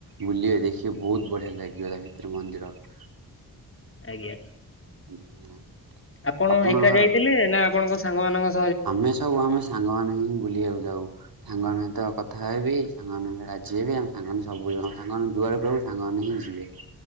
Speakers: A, on the right; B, on the left.
A: ବୁଲିବେ, ଦେଖିବେ ବହୁତ ବଢିଆ ଲାଗିବ। <unintelligible>
B: ଆଜ୍ଞା।
A: <inaudible>
B: ଆପଣ
A: ଆପଣଙ୍କର
B: ଏକା ଯାଇଥିଲେ ନା ଆପଣଙ୍କ ସାଙ୍ଗ ମାନଙ୍କ
A: ଆମେ ସବୁ ଆମେ ସାଙ୍ଗମାନେ ହିଁ ବୁଲିବାକୁ ଯାଉ ସାଙ୍ଗମାନଙ୍କ ସହିତ କଥା ହେବି। ସାଙ୍ଗମାନେ ରାଜି ହେବେ ଆ ସାଙ୍ଗମାନେ ସବୁ ସାଙ୍ଗମାନେ ଯୁଆଡ କୁ ସାଙ୍ଗମାନେ ହିଁ ଯିବେ।